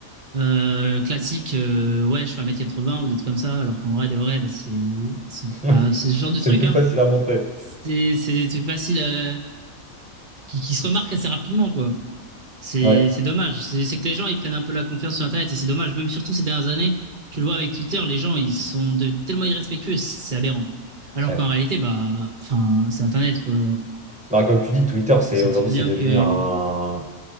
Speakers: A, on the right; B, in the centre.
A: Euh, classique, euh, ouais, je fais un mètre quatre-vingts ou des trucs comme ça, alors qu'en vrai, de vrai, bah, c'est c'est-
B: <laughs> Oui,
A: bah, c'est ce genre de
B: c'est
A: truc,
B: plus
A: hein.
B: facile à montrer.
A: C'est c'est des trucs faciles euh, qui, qui se remarquent assez rapidement, quoi. C'est
B: Ouais,
A: c'est dommage. C'est c'est que les gens, ils prennent un peu la confiance sur Internet et c'est dommage. Même surtout ces dernières années, tu le vois avec Twitter, les gens, ils sont de- tellement irrespectueux, c'est c'est aberrant. Alors
B: ouais.
A: qu'en réalité, bah, enfin, c'est Internet, quoi.
B: Bah, comme tu dis, Twitter, c'est
A: On sait
B: aujourd'hui,
A: très bien
B: c'est devenu
A: que,
B: un.